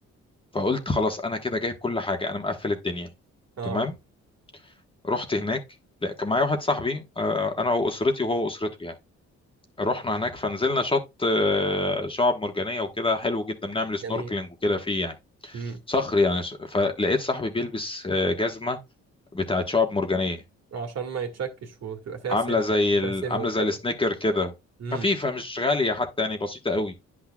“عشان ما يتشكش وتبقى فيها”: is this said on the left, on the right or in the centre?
Right